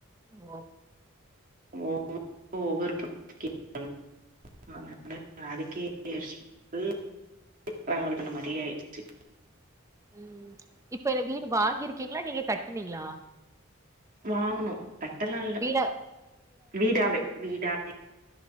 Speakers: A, on the right; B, on the right.
A: ஓ
B: ஒவ்வொரு ஒவ்வொரு கே <inaudible> அதனால அதுக்கே ஃபுல் <inaudible> ட்ராவல் பண்ண மாரியே ஆய்டுச்சு
A: ம் இப்ப இந்த வீடு வாங்கிருக்கீங்களா நீங்க கட்டுனீங்ளா
B: வாங்குணோ கட்டலா இல்ல
A: வீடா
B: வீடாவே வீடாவே